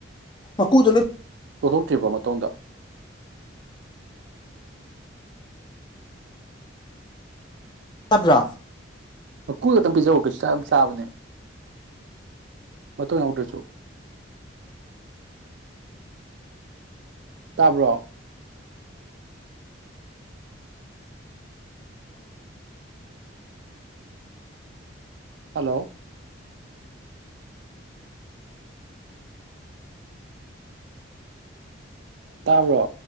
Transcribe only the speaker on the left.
ꯃꯀꯨꯗꯣ ꯂꯣꯏ
<unintelligible>